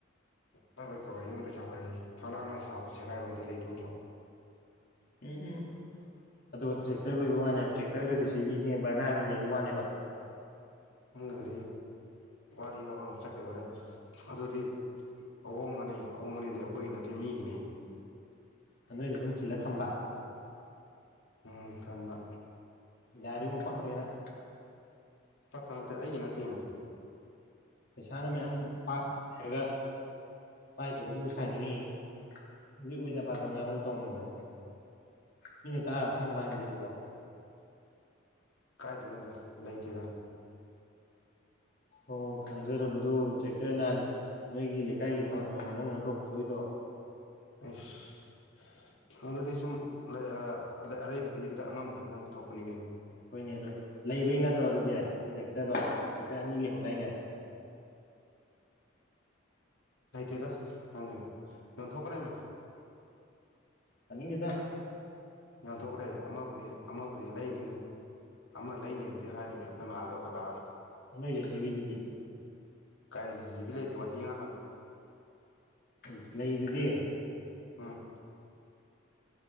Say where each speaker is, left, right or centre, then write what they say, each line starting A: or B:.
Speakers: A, on the left; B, on the left.
A: ꯐꯠ ꯐꯠ ꯇꯧꯏ ꯌꯨꯝ ꯄꯩꯁꯥ ꯄꯥꯏꯌꯦ ꯐꯛꯂꯥꯡꯅ ꯁꯥꯕ ꯁꯦꯒꯥꯏꯕ ꯑꯃꯗ ꯂꯩꯗꯣ ꯎꯗ꯭ꯔꯣ
B: ꯎꯝ ꯎꯝ ꯑꯗꯨꯒ ꯇ꯭ꯔꯦꯛꯇꯔ ꯂꯣꯏꯕ ꯋꯥꯅꯦꯕ ꯇ꯭ꯔꯦꯛꯇꯔꯒ ꯖꯦꯁꯤꯕꯤꯅꯦ ꯕꯔꯅꯥꯅꯦ ꯂꯩꯕꯩ ꯋꯥꯅꯦꯕ
A: ꯅꯪꯒꯤꯗꯨꯗꯤ ꯋꯥꯔꯤ ꯑꯃꯗ ꯆꯠꯈꯤꯗꯣꯔꯦ ꯑꯗꯨꯗꯤ ꯑꯍꯣꯡꯕꯅꯦ ꯑꯍꯣꯡꯕꯅꯦꯗꯤ ꯑꯈꯣꯏꯒꯤ ꯅꯠꯇꯦ ꯃꯤꯒꯤꯅꯦ
B: ꯑꯥ ꯅꯣꯏꯗ ꯁꯨꯝ ꯈꯤꯜꯂ ꯊꯝꯕ
A: ꯎꯝ ꯊꯝꯕ
B: ꯌꯥꯔꯦꯉꯣ ꯄꯛꯇ꯭ꯔꯦ ꯅꯪ
A: ꯄꯛꯄ ꯅꯠꯇꯦ ꯑꯩꯒꯤ ꯅꯠꯇꯦꯝꯃꯤ
B: ꯄꯩꯁꯥꯅ ꯃꯌꯥꯝ ꯄꯥꯏ ꯔꯒ ꯄꯥꯏꯗꯕꯁꯨ ꯑꯃꯨꯛ ꯁꯥꯅꯤꯡꯉꯤꯌꯦ ꯑꯗꯨꯏ ꯑꯣꯏꯗ ꯄꯥꯗꯕ ꯉꯥꯡꯕꯗꯣ ꯇꯧꯅꯣꯃꯦ ꯃꯤꯅ ꯇꯥꯔꯒ ꯑꯁꯦꯡꯕ ꯃꯥꯟꯒꯤꯔꯣꯏꯗ꯭ꯔꯣ
A: ꯀꯥꯏꯗꯩꯅꯣꯗ ꯂꯩꯇꯦꯗ
B: ꯑꯣ ꯈꯪꯖꯔꯕꯗꯣ ꯇ꯭ꯔꯦꯛꯇꯔ ꯅꯍꯥꯟ ꯅꯣꯏꯒꯤ ꯂꯩꯀꯥꯏꯒꯤ ꯊꯥꯕꯜ ꯆꯣꯡꯕꯗ ꯅꯪ ꯅꯠꯇ꯭ꯔꯣ ꯄꯨꯊꯣꯛꯏꯗꯣ
A: ꯑꯩꯁ ꯑꯗꯨꯗꯤ ꯁꯨꯝ ꯂꯩ ꯑꯥ ꯑꯔꯩꯕꯗꯤ ꯈꯤꯇꯪ ꯑꯉꯝꯕꯗ ꯈꯤꯇꯪ ꯄꯨꯊꯣꯛꯄꯅꯤ ꯀꯩꯅꯣ
B: ꯍꯣꯏꯅꯦ ꯑꯗꯨ ꯂꯩꯕꯩ ꯅꯠꯇ꯭ꯔꯣ ꯑꯗꯨꯗꯤ ꯇ꯭ꯔꯦꯛꯇꯔꯗꯣ ꯇ꯭ꯔꯦꯛꯇꯔ ꯑꯅꯤ ꯂꯩꯍꯧꯗꯥꯏꯅꯦ
A: ꯂꯩꯇꯦꯗ ꯅꯪꯖꯨ ꯌꯣꯟꯊꯣꯛꯈ꯭ꯔꯦꯃꯦ
B: ꯇꯥꯅꯤꯡꯗꯦꯗ
A: ꯌꯣꯟꯊꯣꯛꯈ꯭ꯔꯦ ꯑꯃꯕꯨꯗꯤ ꯑꯃꯕꯨꯗꯤ ꯂꯩꯅꯤꯅꯦ ꯑꯃ ꯂꯩꯅꯤꯕꯨꯗꯤ ꯍꯥꯏꯔꯤꯝꯃꯤ ꯑꯈꯣꯏ ꯃꯥꯒ ꯑꯈꯣꯏ ꯕꯥꯒꯅ
B: ꯅꯣꯏ ꯖꯦꯁꯤꯕꯤ ꯗꯨꯗꯤ
A: ꯀꯥꯏꯗꯩ ꯖꯦꯁꯤꯕꯤ ꯂꯩꯥꯇꯦ ꯋꯥꯊꯤ ꯉꯥꯡꯉꯛꯀꯅꯨ
B: ꯏꯁ ꯂꯩꯗꯨꯗꯤ
A: ꯎꯝ